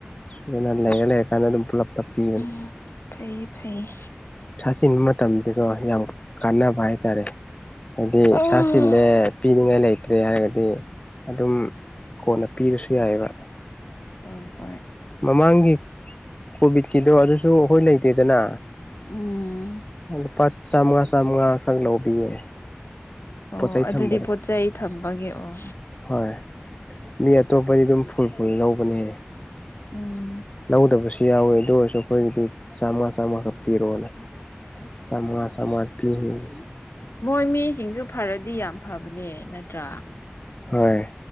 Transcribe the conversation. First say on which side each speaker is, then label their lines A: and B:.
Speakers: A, on the left; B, on the left.
A: ꯑꯗꯨꯅ ꯂꯩꯔ ꯂꯩꯔꯀꯥꯟꯗ ꯑꯗꯨꯝ ꯄꯨꯂꯞ ꯄꯨꯂꯞ ꯄꯤꯒꯅꯤ
B: ꯎꯝ ꯐꯩꯌꯦ ꯐꯩꯌꯦ
A: ꯄꯩꯁꯥ ꯆꯤꯟꯕ ꯃꯇꯝꯗꯤꯀꯣ ꯌꯥꯝ ꯀꯥꯟꯅꯕ ꯍꯥꯏꯇꯥꯔꯦ ꯍꯥꯏꯗꯤ
B: ꯎꯝ
A: ꯄꯩꯁꯥ ꯆꯤꯜꯂꯦ ꯄꯤꯅꯤꯡꯉꯥꯏ ꯂꯩꯇ꯭ꯔꯦ ꯍꯥꯏꯔꯒꯗꯤ ꯑꯗꯨꯝ ꯀꯣꯟꯅ ꯄꯤꯔꯁꯨ ꯌꯥꯏꯕ
B: ꯍꯣꯏ ꯍꯣꯏ
A: ꯃꯃꯥꯡꯒꯤ ꯀꯣꯚꯤꯠꯀꯤꯗꯣ ꯑꯗꯨꯁꯨ ꯑꯈꯣꯏ ꯂꯩꯇꯦꯗꯅ
B: ꯎꯝ
A: ꯑꯥ ꯂꯨꯄꯥ ꯆꯥꯃꯉꯥ ꯆꯥꯃꯉꯥ ꯈꯛ ꯂꯧꯕꯤꯌꯦ
B: ꯑꯣ
A: ꯄꯣꯠꯆꯩ
B: ꯑꯗꯨꯗꯤ
A: ꯊꯝꯕꯗꯣ
B: ꯄꯣꯠ ꯆꯩ ꯊꯝꯕꯒꯤ ꯑꯣ
A: ꯍꯣꯏ ꯃꯤ ꯑꯇꯣꯞꯄꯗꯤ ꯗꯨꯝ ꯐꯨꯜ ꯐꯨꯜ ꯂꯧꯕꯅꯦ
B: ꯎꯝ
A: ꯂꯧꯗꯕꯁꯨ ꯌꯥꯎꯋꯤ ꯑꯗꯨ ꯑꯣꯏꯔꯁꯨ ꯈꯣꯏꯒꯤꯗꯤ ꯆꯥꯝꯉꯥ ꯆꯥꯝꯃꯥ ꯈꯛ ꯄꯤꯔꯣꯅ ꯆꯥꯃꯉꯥ ꯆꯥꯃꯉꯥ ꯄꯤꯔꯛꯑꯦ
B: ꯃꯣꯏ ꯃꯤꯁꯤꯡꯖꯨ ꯐꯔꯗꯤ ꯌꯥꯝ ꯐꯕꯅꯦ ꯅꯠꯇ꯭ꯔꯥ
A: ꯍꯣꯏ